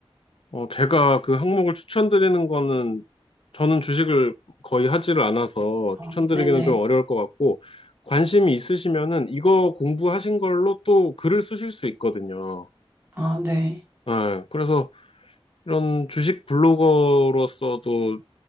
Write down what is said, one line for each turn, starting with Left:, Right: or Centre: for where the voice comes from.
Left: 어, 제가 그 항목을 추천드리는 거는 저는 주식을 거의 하지를 않아서
Right: 아,
Left: 추천드리기는
Right: 네네.
Left: 좀 어려울 것 같고 관심이 있으시면은 이거 공부하신 걸로 또 글을 쓰실 수 있거든요.
Right: 아, 네.
Left: 예, 그래서 이런 주식 블로거로서도